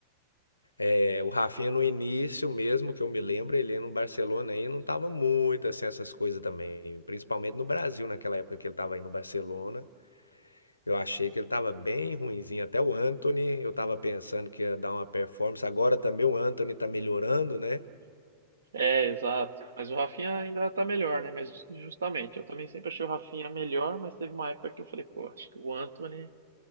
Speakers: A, on the left; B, on the right.
A: É, o Rafinha no início mesmo, que eu me lembro, ele no Barcelona aí não tava muito assim essas coisas também, principalmente no Brasil naquela época que ele tava aí no Barcelona. Eu achei que ele estava bem ruinzinho, até o Anthony. eu estava pensando que ia dar uma performance, agora também o Anthony está melhorando, né?
B: É, exato. Mas o Rafinha ainda tá melhor, né? Mas justamente, eu também sempre achei o Rafinha melhor, mas teve uma época que eu falei, pô, acho que o Anthony